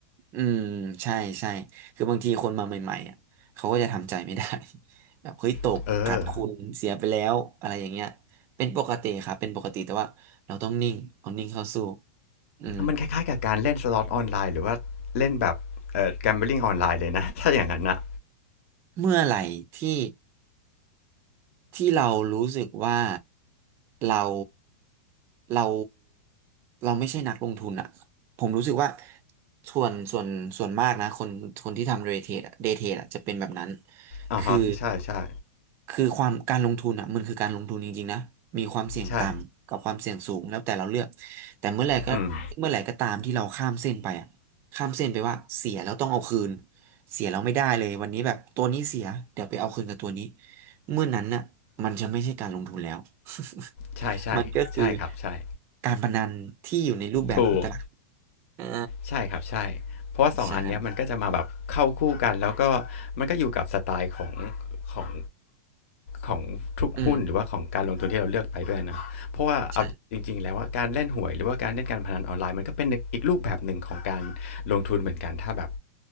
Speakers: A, on the right; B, on the left.
A: อืมใช่ใช่คือบางทีคนมาใหม่ๆอ่ะเขาก็จะทำใจไม่ได้ <laughs> แบบเฮ้ยตกขาดทุนเสียไปแล้วอะไรอย่างเงี้ยเป็นปกติครับเป็นปกติแต่ว่าเราต้องนิ่งเอานิ่งเข้าสู้
B: ๆเออ
A: อืม
B: มันคล้ายๆกับการเล่นสล็อตออนไลน์หรือว่าเล่นแบบเอ่อแกมเบลิงออนไลน์เลยนะ <laughs> ถ้าอย่างนั้นนะ
A: เมื่อไหร่ที่ ที่เรารู้สึกว่าเราเราเราไม่ใช่นักลงทุนอะผมรู้สึกว่าส่วนส่วนส่วนมากนะคนคนที่ทำเดย์เทรดอะเดย์เทรดอะจะเป็นแบบนั้น
B: อ่าฮะใช่ใช่
A: คือคือความการลงทุนอ่ะมันคือการลงทุนจริงๆนะมีความเสี่ยงต่ำกับความเสี่ยงสูงแล้วแต่เราเลือก
B: ใช่
A: แต่เมื่อไหร่ก็เมื่อไหร่ก็ตามที่เราข้ามเส้นไปอ่ะข้ามเส้นไปว่าเสียแล้วต้องเอาคืน
B: อืม
A: เสียแล้วไม่ได้เลยวันนี้แบบตัวนี้เสียเดี๋ยวไปเอาคืนกับตัวนี้ เมื่อนั้นน่ะมันจะไม่ใช่การลงทุนแล้ว
B: ใช่ใช่ใช่ครับใช่
A: <laughs> มันก็คือการพนันที่อยู่ในรูปแบบของตลาดหุ้น
B: ถูก
A: อ่า
B: ใช่ครับใช่เพราะว่าสองอันเนี้ยมันก็จะมาแบบเข้าคู่กันแล้วก็
A: ใช่
B: มันก็อยู่กับสไตล์ของของ ของทุกหุ้นหรือว่าของการลงทุนที่เราเลือกไปด้วยนะเพราะว่าเอาจริงๆแล้วว่าการเล่นหวยหรือว่าการเล่นการพนันออนไลน์มันก็เป็นอีกรูปแบบหนึ่งของการลงทุนเหมือนกันถ้าแบบ
A: อืมใช่